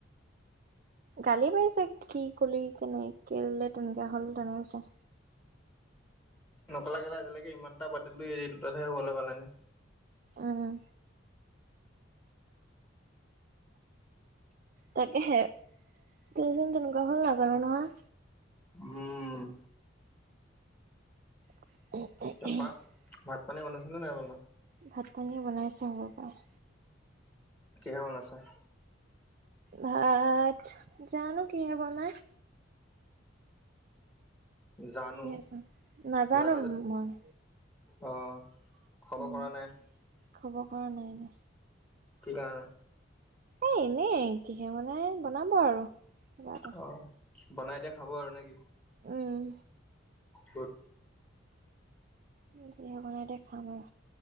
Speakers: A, on the right; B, on the left.
A: গালি পাৰিছে কি কলি কেনেকে বুলে তেনেকা হ'ল তেনেকৈছে
B: নকলা কেলে আজিলৈকে ইমানটা পাতিলো এই দুটাত হে হ'বলৈ পালে নে?
A: উম। তাকে হে <unintelligible> তেনেকুৱা হ'ল নাজানো নহয়।
B: উম।
A: <inaudible>
B: তাৰপা ভাত পানী বনাইছিলে নাই বনোৱা?
A: ভাত-পানী বনাইছে আমাৰ পায়
B: কিহেৰে বনাইছে?
A: ভাত, জানো কিহে বনাই?
B: জানো,
A: কিহে বনাই নাজানো
B: জানা যদি
A: মই
B: অ', খবৰ
A: উম।
B: কৰা নাই?
A: খবৰ কৰা নাই।
B: কি কাৰণে?
A: এই, এনেই কিহে বনাই, বনাব আৰু কিবা এটা।
B: অ বনাই দিয়া খাব আৰু নেকি?
A: উম।
B: গুদ।
A: যিহে বনাই দিয়ে খাম আৰু।